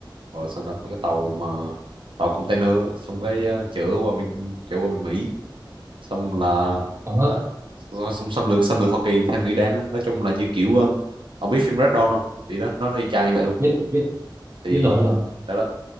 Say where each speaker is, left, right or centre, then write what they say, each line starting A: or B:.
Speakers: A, on the right; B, on the right.
A: vào sao ta mấy cái tàu mà tàu container á. xong cái uh, chở qua bên chở qua bên Mỹ xong là
B: Ờ hơ,
A: đó. Xong xâm lược xâm lược Hoa Kỳ theo nghĩa đáng đó. nói chung là như kiểu um, ông biết phim Red Dawn không thì đó nó nó y chang như vậy luôn
B: biết, biết,
A: thì
B: biết rồi, biết rồi.
A: đó đó